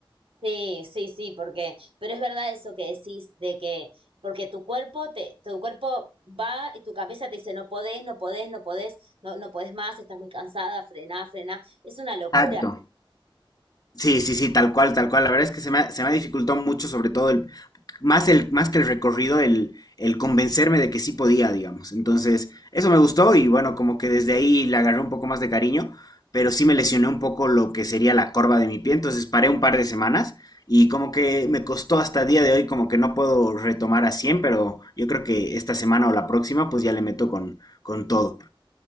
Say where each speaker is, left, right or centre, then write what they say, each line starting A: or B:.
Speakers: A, on the right; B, on the left.
A: Sí, sí, sí, porque, pero es verdad eso que decís de que, porque tu cuerpo te, tu cuerpo va y tu cabeza te dice, no podés, no podés, no podés, no, no podés más, estás muy cansada, frená, frená. Es una locura.
B: Exacto. Sí, sí, sí, tal cual, tal cual. La verdad es que se me ha, se me ha dificultado mucho, sobre todo el, más el, más que el recorrido, el, el convencerme de que sí podía, digamos. Entonces, eso me gustó y bueno, como que desde ahí le agarré un poco más de cariño, pero sí me lesioné un poco lo que sería la corva de mi pie, entonces paré un par de semanas y como que me costó hasta el día de hoy, como que no puedo retomar a 100, pero yo creo que esta semana o la próxima, pues ya le meto con, con todo.